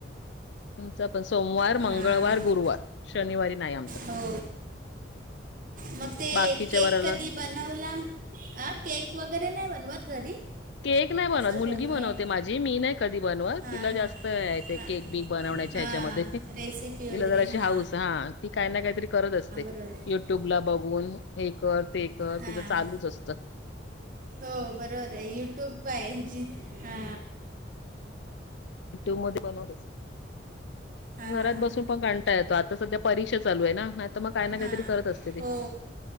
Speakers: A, on the left (about 70°); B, on the right (about 45°).
A: तुमच पण सोमवार मंगळवार
B: हां
A: गुरुवार शनिवारी नाही आमचा.
B: हो मग ते
A: बाकीच्या
B: केक
A: वाराला
B: कधी बनवला अ केक वगैरे नाही बनवत घरी?
A: केक नाही बनवत
B: असंच
A: मुलगी
B: होममेड
A: बनवते माझी मी नाही कधी बनवत
B: हां
A: तिला
B: हां
A: जास्त ते
B: हां
A: केक बीक बनवण्याच्या
B: हां
A: ह्याच्यामध्ये तीला
B: रेसिपी वगैरे
A: जराशी
B: हां
A: हाऊस हा ती काही ना काहीतरी करत असते.
B: हम्म. <unintelligible>
A: युट्यूब ला बघून हे कर ते कर
B: हां
A: तिथं चालूच असत.
B: हो बरोबर आहे युट्यूब आहे हीजी हा
A: यट्यूब मध्ये <unintelligible> बनवत
B: हां
A: घरात
B: हां हां
A: बसून
B: हां
A: पण कंं येतो आता सध्या परीक्षा चालू आहे ना नाहीतर मग काय ना
B: हां
A: काहीतरी करत असते ती.
B: हो